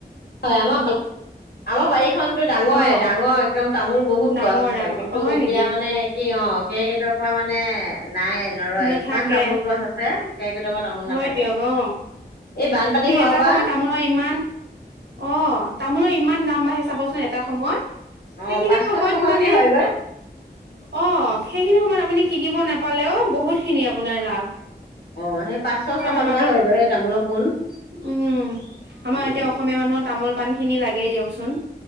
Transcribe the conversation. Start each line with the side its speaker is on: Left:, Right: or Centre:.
Left: হয় আমাৰ আমাৰ বাৰী। নতটো ডাঙৰে
Right: অ
Left: ডাঙৰ একদম তামোল বহুত
Right: ডাঙৰ
Left: গছ আছে।
Right: ডাঙৰ
Left: কিন্তু
Right: হয়
Left: এতিয়া
Right: নেকি
Left: মানে অ কেকেটুৱা পৰা মানে এহ নাই নৰয়
Right: নেথাকে
Left: ইমান তামোল গছ আছে। কেৰ্কেটুৱাৰ পৰা তামোল
Right: হয়,
Left: নাথাকে
Right: দিয়ক অ
Left: বানপানী
Right: এই
Left: হোৱাৰ
Right: এটা
Left: পৰা
Right: সময়ত তামোলৰ ইমান অ তামোলৰ ইমান দাম বাঢ়ে চাবচোন এটা সময়ত
Left: অ
Right: সেইখিনি
Left: পাঁচশ
Right: সময়ত
Left: ছশলৈকে
Right: মানে
Left: হয়গৈ
Right: অ সেইখিনি সময়ত আপুনি কিনিব নাপালেও বহুত। খিনি আপোনাৰ লাভ।
Left: অ সেই পাঁচশ
Right: কাৰণ
Left: ছশ
Right: আমাৰো
Left: টকা হয়গৈ
Right: উম
Left: তামোলৰ পোন
Right: আমাৰ
Left: উম
Right: এতিয়া অসমীয়া মানুহৰ তামোল পান খিনি লাগেই দিয়কচোন।